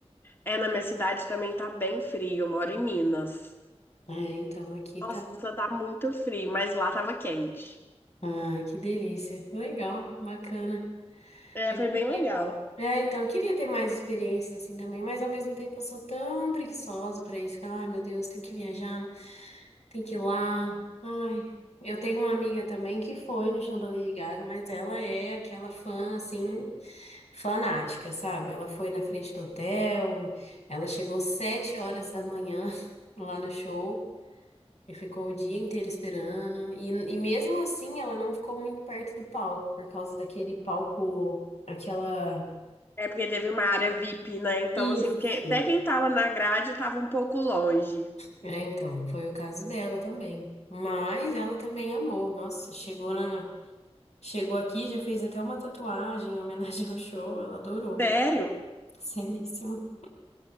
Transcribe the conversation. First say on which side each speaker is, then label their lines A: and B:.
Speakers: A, on the left (about 20°); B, on the left (about 80°).
A: É, na minha cidade também tá bem frio, eu moro em Minas.
B: É, então aqui
A: Nossa,
B: tá.
A: tá muito frio, mas lá tava quente.
B: Ah, que delícia. Legal, bacana.
A: É,
B: Eu
A: foi
B: queria...
A: bem legal.
B: É, então, eu queria ter mais experiências assim também, mas ao mesmo tempo eu sou tão preguiçosa pra isso. Falar, ai meu Deus, tem que viajar. Tem que ir lá. Ai, eu tenho uma amiga também que foi no show da Lady Gaga, mas ela é aquela fã, assim, fanática, sabe? Ela foi na frente do hotel, ela chegou sete horas da manhã <laughs> lá no show e ficou o dia inteiro esperando. E, e mesmo assim, ela não ficou muito perto do palco, por causa daquele palco, aquela.
A: É porque teve uma área VIP, né? Então, assim,
B: Isso.
A: quem- até quem tava na grade tava um pouco longe.
B: É, então, foi o caso dela também. Mas ela também amou. Nossa, chegou na. Chegou aqui, já fez até uma tatuagem em homenagem ao show, ela adorou.
A: Sério?
B: <laughs> Seríssimo.